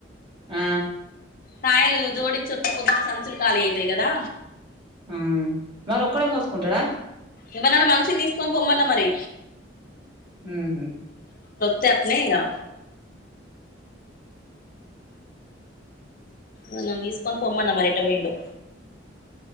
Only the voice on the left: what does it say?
కాయలు జోడిచ్చొస్త కొద్న్న సంచులు ఖాళీ అయితాయి కదా
ఎవర్ నన్నా మనిషిని తీసుకొని పొమ్మన్నా మరి
తేప్నీ గా వన్ద తీసుకొన్ పోొమ్మన్న మరి ఏట పోయిండో